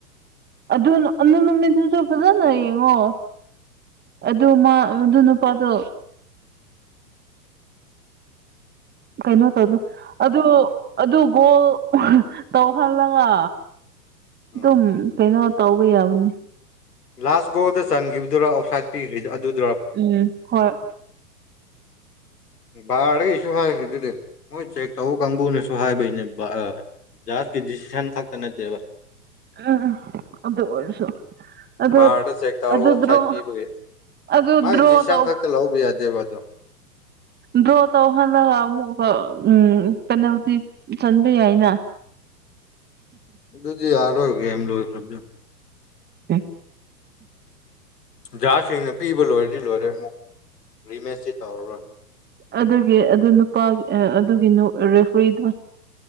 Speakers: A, on the right; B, on the left.
A: ꯑꯗꯨꯅ ꯑꯗꯨ ꯅꯨꯃꯤꯠꯇꯨꯗ ꯐꯖꯅ ꯌꯦꯡꯉꯣ꯫ ꯑꯗꯨ ꯃꯥ ꯑꯗꯨ ꯅꯨꯄꯥꯗꯣ
B: <inaudible>
A: ꯀꯩꯅꯣ ꯇꯧꯗꯦ ꯑꯗꯨ-ꯑꯗꯨ ꯒꯣꯜ ꯇꯧꯍꯜꯂꯒ
B: ꯎꯝ
A: ꯑꯗꯨꯝ ꯀꯩꯅꯣ ꯇꯧꯕ ꯌꯥꯕꯅꯦ꯫
B: ꯂꯥꯁ ꯒꯣꯜꯗ ꯆꯟꯈꯤꯕꯗꯨꯔꯣ ꯑꯥꯎꯠꯁꯥꯏꯠ ꯄꯤꯈ꯭ꯔꯤꯗꯣ ꯑꯗꯨ
A: ꯎꯝ ꯍꯣꯏ
B: ꯕꯥꯔꯔꯦꯁꯨ ꯍꯥꯏꯒ꯭ꯔꯤꯗꯨꯗꯤ ꯃꯣꯏ ꯆꯦꯛ ꯇꯧ ꯀꯪꯕꯨꯨꯅꯁꯨ ꯍꯥꯏꯕꯩꯅꯦꯕ-ꯑ ꯖꯁꯀꯤ ꯗꯤꯁꯤꯁꯟ ꯈꯛꯇ ꯅꯠꯇꯦꯕ
A: ꯑ-ꯑ-ꯑꯗꯨ ꯑꯣꯏꯔꯁꯨ ꯑꯗꯨ-ꯑꯗꯨ
B: ꯕꯥꯔꯗ ꯆꯦꯛ ꯇꯧꯔꯒ ꯑꯣꯞꯁꯥꯏꯠ
A: ꯗꯔꯣ
B: ꯄꯤꯕꯒꯤ
A: ꯑꯗꯨ
B: ꯃꯥꯒꯤ
A: ꯗ꯭ꯔꯣ
B: ꯗꯤꯁꯤꯖꯟ
A: ꯇꯧ
B: ꯈꯛꯇ ꯂꯧꯕ ꯌꯥꯗꯦꯕ ꯑꯗꯨ
A: ꯗ꯭ꯔꯣ ꯇꯧꯍꯜꯂꯒ ꯑꯃꯨꯛꯀ ꯎꯝ ꯄꯦꯅꯥꯜꯇꯤ ꯆꯟꯕ ꯌꯥꯏꯅ꯫
B: ꯑꯗꯨꯗꯤ ꯌꯥꯔꯔꯣꯏ ꯒꯦꯝ ꯂꯣꯏꯈ꯭ꯔꯕꯗꯨ꯫
A: ꯑꯦ
B: ꯖꯥꯁꯁꯤꯡꯅ ꯄꯤꯕ ꯂꯣꯏꯔꯗꯤ ꯂꯣꯏꯔꯦ ꯑꯃꯨꯛ ꯔꯤꯃꯦꯁꯇꯤ ꯇꯧꯔꯔꯣꯏ꯫
A: ꯑꯗꯨꯒꯤ ꯑꯗꯨ ꯅꯨꯄꯥꯒꯤ ꯑ-ꯑꯗꯨꯒꯤ ꯅꯨ-ꯔꯦꯐ꯭ꯔꯤꯗꯣ